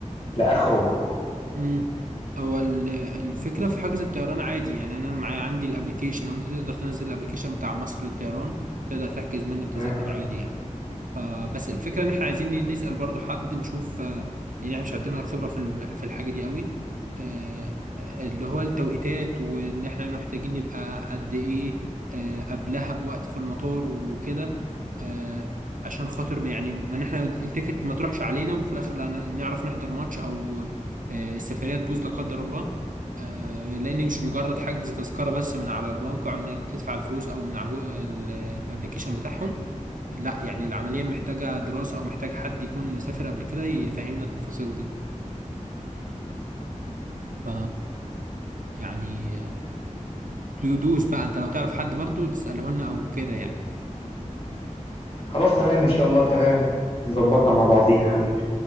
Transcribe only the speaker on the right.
امم هو ال- الفكره في حجز الطيران عادي يعني انا معايا عندي الابليكيشن او انت تقدر تنزل الابليكيشن بتاع مصر للطيران تقدر تحجز منه التذاكر
عادي يعني فبس الفكرة ان احنا عايزين نسأل برضو حد نشوف آه، لان احنا مش عندنا الخبرة في الم- في الحاجة دي قوي آه، اللي هو التوقيتات وان احنا محتاجين نبقى قد ايه آه، قبلها بوقت في المطار وكده آه، عشان خاطر ما- يعني ما إن احنا التيكت ما تروحش علينا وفي الاخر لا ن- نعرف نحضر ماتش او آه، السفرية تبوظ لا قدر الله آه، لان مش مجرد حجز تذكرة بس من على الموقع انك تدفع الفلوس او من على الابلكيشن بتاعهم لا يعني العملية محتاجة دراسة أو محتاج حد يكون مسافر قبل كده يفهمنا التفاصيل دي ف يعني تدوس بقى أنت لو تعرف حد برضو تسأله لنا أو كده يعني